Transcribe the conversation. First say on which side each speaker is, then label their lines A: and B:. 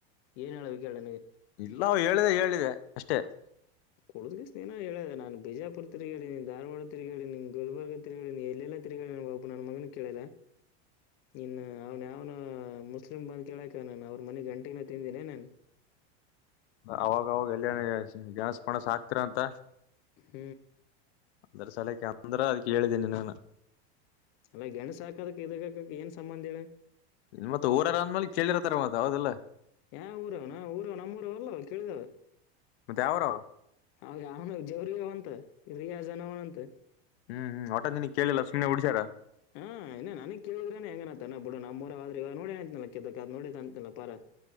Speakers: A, on the left; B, on the left.
A: ಏನ್ ಹೇಳಬೇಕ ಕೇಳ ನೀಗೆ
B: ಇಲ್ಲಾವು ಹೇಳಿದೆ ಹೇಳಿದೆ ಅಷ್ಟೇ
A: ಕೊಡದುಗ ಏೋ ಹೇಳದ ನಾನ್ ಬಿಜಾಪುರ್ ತಿಗಡಿ ನೀನ್ ಧಾರವಾಡ ತಿರುಗಿ ನಿನ್ ಗುಲ್ಬರ್ಗ ತಿರುಗಾಡಿ ನೀ ಎಲ್ಲ ತಿರಿಗಿ ನ ಬಾಬು ನನ್ ಮಗನ ಕೇಳಲ್ಲ ಇನ್ ಅವ್ನ್ ಯಾವ್ನ ಮುಸ್ಲಿ ಬಂದ ಕೇಳಕ ನಾನನ್ ಅವ್ರ ಮನಿಗ್ ಗಂಟಗನ ತಿಂದನಿ ನನ್
B: ಅವಾಗ ಅವವಾಗ ಎಲ್ಲ ನ್ಸ್ ಪಣಸ ಹಕ್ತರ ಅಂತ
A: ಹ್ಮ್
B: ಅಂದ್ರ ಸಲಕ್ಕೆ ಅಂದ್ರ ಅದ್ಕ್ಕೆ ಹೇಳಿದ್ದೀನಿ ನ
A: ಅಲ್ಲ ಗೆಣು ಸಾಕದಕ್ ಇದ ಏನ್ ಸಂಬಂಧ ಹೇಳ
B: ಮತ್ ಊರಾರ ಅಂದ್ಮೇಲೆ ಕೇಳಿರ್ತಾರ ಮತ್ ಹೌದಿಲ್ಲ
A: ಯ ಊರಾವಣ ಊರ ನಊರಲ್ಲ ಕೇಳಿದಾವ
B: ಮತ್ತೆ ಯಾವರ
A: ಅವ ಅವನು ಜವ್ರಾವಂತ ಯ ಜನವನಂತ
B: ಹ್ಮ್ ಒಟ್ಟಂದಿನ ಕೇಳಿಲ್ಲ ಸು್ನೆ ಉಡಸ್ಯಾರ
A: ಹಾ ಇನ್ನ ನನಗ್ ಕೇಳಿದ್ರೇನೆ ಹೆಂಗನ ಬಿಡ ನಮ್ಮ್ರವ ಆದ್ರ ಈಗ ನೋಡಂತನಲ್ಲದ ಅ ನೋಡಿದ ಅಂತನಲ್ಲ ಪಾರ